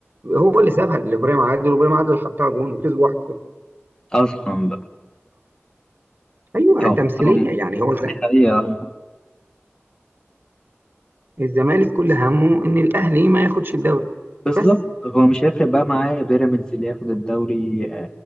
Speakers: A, on the right; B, on the left.
A: هو اللي سابها لإبراهيم عادل وإبراهيم عادل حطها جون وكسبوا 1-0
B: اصلا بقى
A: أيوه
B: اه
A: تمثيلية
B: هو
A: يعني هو
B: دي حقيقه
A: الزمالك كل همه ان الاهلي ما ياخدش الدوري
B: بالظبط
A: بس
B: هو مش هيفرق بقى معاه بيراميدز اللي ياخد الدوري